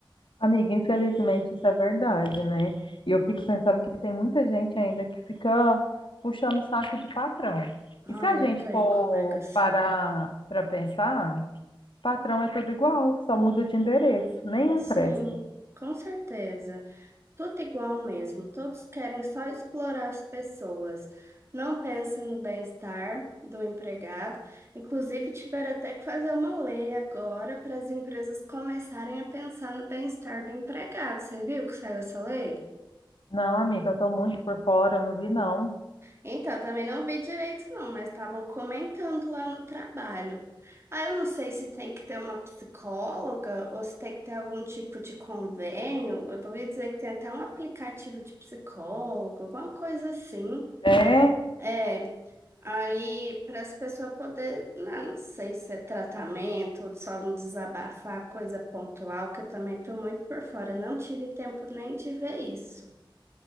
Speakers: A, on the left; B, on the right.
A: Amiga, infelizmente isso é verdade, né? E eu fico pensando que tem muita gente ainda que fica puxando o saco de patrão.
B: Ah,
A: E se a
B: eu
A: gente
B: tenho
A: for
B: colega, sim.
A: parar para pensar, patrão é tudo igual, só muda de endereço, nenhum
B: Sim,
A: presta.
B: com certeza. Tudo igual mesmo. Todos querem só explorar as pessoas. Não pensa no bem-estar do empregado. Inclusive, tiveram até que fazer uma lei agora para as empresas começarem a pensar no bem-estar do empregado. Você viu que saiu essa lei?
A: Não, amiga, eu tô muito por fora, eu não vi não.
B: Então, eu também não vi direito, não, mas estavam comentando lá no trabalho. Ah, eu não sei se tem que ter uma psicóloga ou se tem que ter algum tipo de convênio. Eu ouvi dizer que tem até um aplicativo de psicólogo, alguma coisa assim.
A: É,
B: É, aí para as pessoas poderem, não, não sei se é tratamento ou só não desabafar, coisa pontual, que eu também estou muito por fora. Não tive tempo nem de ver isso.